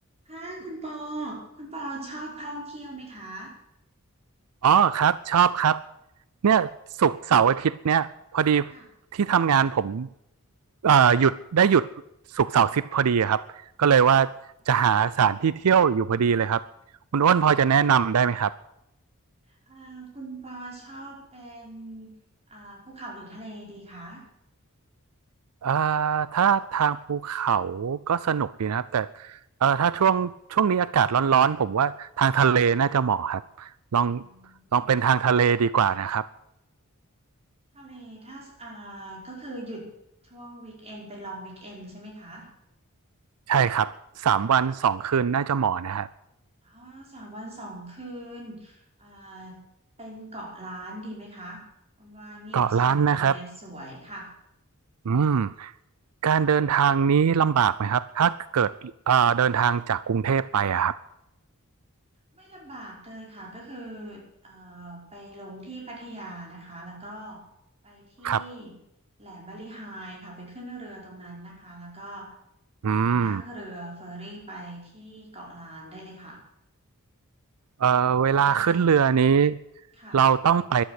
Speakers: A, on the right; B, on the right.
A: ค่ะคุณปอคุณปอชอบท่องเที่ยวไหมคะ
B: อ๋อครับชอบครับเนี่ยศุกร์เสาร์อาทิตย์เนี่ยพอดี
A: ค่ะ
B: ที่ทำงานผมเอ่อหยุดได้หยุดศุกร์เสาร์อาทิตย์พอดีครับก็เลยว่าจะหาสถานที่เที่ยวอยู่พอดีเลยครับคุณอ้นพอจะแนะนำได้ไหมครับ
A: อ๋อเอ่อคุณปอชอบเป็นอ่าภูเขาหรือทะเลดีคะ
B: เอ่อถ้าทางภูเขาก็สนุกดีนะครับแต่เอ่อถ้าช่วงช่วงนี้อากาศร้อนๆผมว่าทางทะเลน่าจะเหมาะครับลอง
A: อื
B: ลองเป็นทางทะเลดีกว่านะครับ
A: มทะเลถ้าอ่าก็คือหยุดช่วงวีคเอนเป็นลองวีคเอนใช่ไหมคะ
B: ใช่ครับสามวันสองคืนน่าจะเหมาะนะครับ
A: อ๋อสามวันสองคืนอ่าเป็นเกาะล้านดีไหมคะมันว่าเงียบสงบทะเลสวยค่ะ
B: เกาะล้านนะครับอืม การเดินทางนี้ลำบากไหมครับถ้าเกิดเอ่อเดินทางจากกรุงเทพไปอะครับ
A: ไม่ลำบากเลยค่ะก็คือเอ่อไปลงที่พัทยานะคะแล้วก็ไปที่
B: ครับ
A: แหลมบาลีไฮค่ะไปขึ้นเรือตรงนั้นนะคะแล้วก็เอ่อนั่งเรือเฟอร์รี่ไปที่เกาะล้านได้เลยค่ะ
B: อืมเอ่อเวลาขึ้นเรือนี้
A: อยู่ใกล้ๆค่ะ
B: เราต้องไป